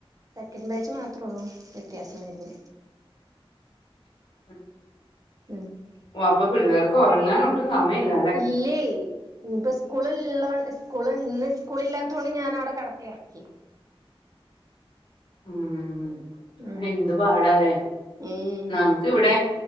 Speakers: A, on the right; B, on the left.
A: സെക്കൻഡ് ബാച്ച് മാത്രൊള്ളു വ്യത്യാസം വെര്ണെ
B: <unintelligible>
A: <unintelligible>
B: ഓ അപ്പൊ പിള്ളേർക്ക് ഒറങ്ങാനും ഒട്ടും സമയല്ല
A: ഇല്ലേ ഇന്ന്പ്പൊ സ്കൂള് ള്ളോ സ്കൂള് ഇന്ന് സ്കൂള്ല്ലാത്തോണ്ട് ഞാനവടെ കടത്തി ഒറക്കി
B: ഉം
A: ഉം
B: എന്ത് പാടാലേ
A: ഉം
B: നമു ക്ക് വടെ